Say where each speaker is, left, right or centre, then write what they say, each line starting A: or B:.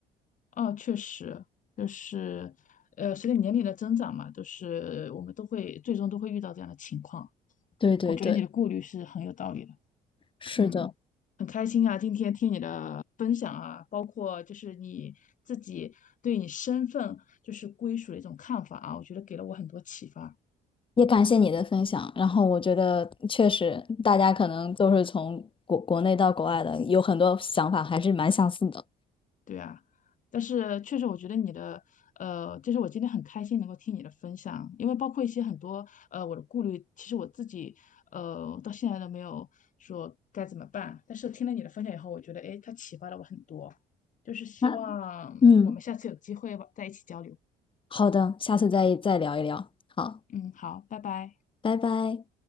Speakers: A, on the left; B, on the left.
A: 哦，确实，就是，呃，随着年龄的增长嘛，就是我们都会最终都会遇到这样的情况。
B: 对对对，
A: 我觉得你的顾虑是很有道理的。
B: 是的，
A: 嗯，很开心啊，今天听你的分享啊，包括就是你自己对你身份就是归属的一种看法啊，我觉得给了我很多启发。
B: 也感谢你的分享。然后我觉得确实大家可能都是从国国内到国外的，有很多想法还是蛮相似的。
A: 对啊，但是确实我觉得你的呃，就是我今天很开心能够听你的分享，因为包括一些很多呃我的顾虑，其实我自己呃到现在都没有说该怎么办，但是听了你的分享以后，我觉得诶，它启发了我很多，就是希望我们下次有机会吧，
B: 那嗯，
A: 再一起交流。
B: 好的，下次再再聊一聊。好，
A: 嗯，好，拜拜。
B: 拜拜。